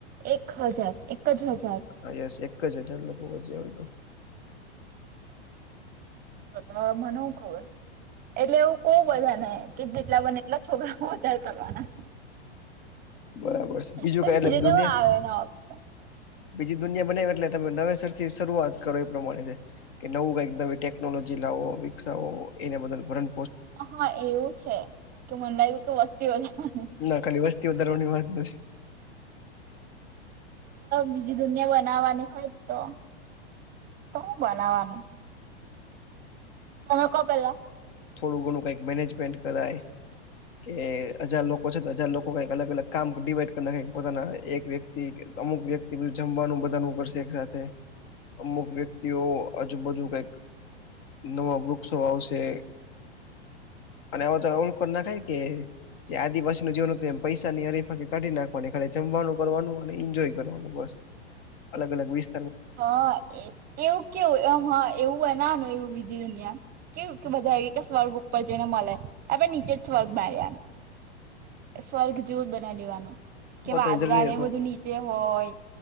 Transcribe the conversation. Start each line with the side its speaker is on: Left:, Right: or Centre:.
Right: એક હજાર એક જ હજાર
Left: હા યસ એક જ હજાર લોકો વ જે હોય તો
Right: હ મને શુ ખબર એટલે એવું ક બધા ને કે જેટલા બને એટલા છોકરા વધાર કરવાના
Left: બરાબર છે
Right: બીજું
Left: કઈ એટલે
Right: તો
Left: દુનિયા
Right: હું આવ્યોને ઓપ્શન
Left: બીજી દુનિયા બને એટલે તમે નવેસર થી શરૂઆત કરો એ પ્રમાણે છે. કે નવું કાઈક નવી ટેકનોલોજી લાવો વિકસાવો એને બદલ પરં
Right: હ એવું છે? તો મન લાયગુ કઈક વસ્તી વધારવાન
Left: ના ખાલી વસ્તી વધારવાની વાત નથી
Right: બીજી દુનિયા બનાવવાની હોય તો તો હું બનાવાનું તમે કો પહેલા
Left: થોડું ઘણું કઈક મેનેજમેન્ટ કરાય કે હજાર લોકો છે હજાર લોકો કક અલગ અલગ કામ ડિવાઈડ કરી ના પોતાના એક વ્યક્તિ કીક અમુક વ્યક્તિનું જમવાનું બધાનું કરશે એકસાથે. અમુક વ્યક્તિઓ આજુબાજુ કંઈક નવાં વૃક્ષો વાવશે. અને અવે તો ઓમ કર નખાય કે ચાર દિવસનું જીવન હતું એમ પૈસાની હરીફાકી કાઢી નાખવાની ખાલી જમવાનું કરવાનું અને ઈન્જોય કરવાનું બસ. અલગ-અલગ વિસ્
Right: હ એવું કેવું એમ હ એમ એવું બનાવનું એવું બીજી દુનિયા. કેવું કે બધા એ કે સ્વર્ગ ઉપર જઈને મલે આપડે નીચે જ સ્વર્ગ બાર્યા. સ્વર્ગ જેવું જ બનાવી દેવાનું કે
Left: પોતાની
Right: વાદરા
Left: જરૂરિયાત
Right: ને
Left: પ્રમાણે
Right: એ બધું ની ચે હોય